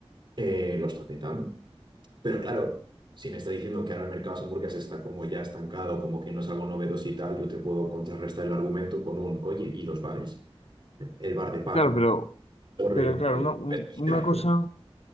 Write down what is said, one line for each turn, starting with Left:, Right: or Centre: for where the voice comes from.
Right: eh, lo está petando. Pero claro, si me está diciendo que ahora el mercado de las hamburguesas está como ya estancado, como que no es algo novedoso y tal, yo te puedo contrarrestar el argumento con un, oye, ¿y los bares? El bar de Paca.
Left: Claro, pero,
Right: Torre,
Left: pero claro,
Right: eh,
Left: una, un- una
Right: ya,
Left: cosa.